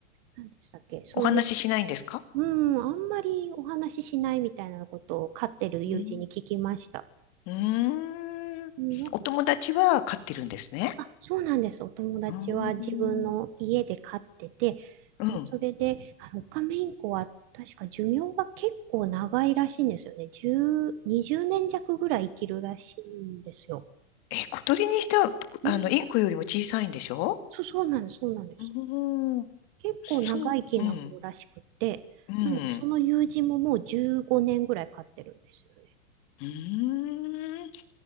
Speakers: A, on the right; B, on the left.
A: なんでしたっけ、そういう、
B: お話ししないんですか
A: うん、あんまりお話ししないみたいなことを飼ってる友人に聞きました。
B: うん。うーん。
A: うん、ん
B: お友達は飼ってるんですね。
A: そうなんです。お友達は自分の家で飼ってて、
B: うーん。うん。
A: それで、あの、オカメインコは確か寿命が結構長いらしいんですよね。10、20年弱ぐらい生きるらしいんですよ。
B: え、小鳥にしては、
A: うん。
B: あの、インコよりも小さいんでしょ
A: そう、そうなんです。そうなんです。
B: うーん。
A: 結構長生きな方らしくて、
B: そう、うん、うん。
A: なので、その友人ももう15年ぐらい飼ってるんですよね。
B: うーん。